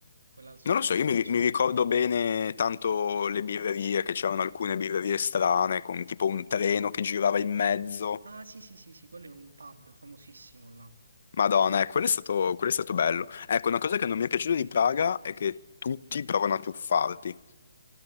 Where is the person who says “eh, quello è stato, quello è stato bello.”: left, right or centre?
Left